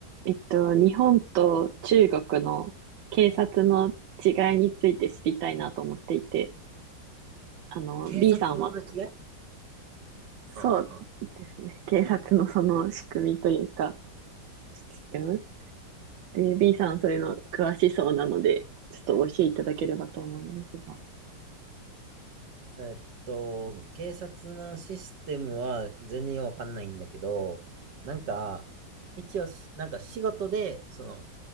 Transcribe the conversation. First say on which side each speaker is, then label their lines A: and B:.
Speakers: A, on the right (about 90°); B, on the right (about 70°).
A: えっと、日本と中国の警察の違いについて知りたいなと思っていて、あの、
B: 警察の違い
A: B さんは、そうですね、
B: うんうん
A: 警察のその仕組みというか、システム。で、B さんそういうの詳しそうなので、ちょっとお教えていただければと思うのですが。
B: うん。えっと、警察のシステムは全然わかんないんだけど、なんか、一応し、なんか仕事で、その、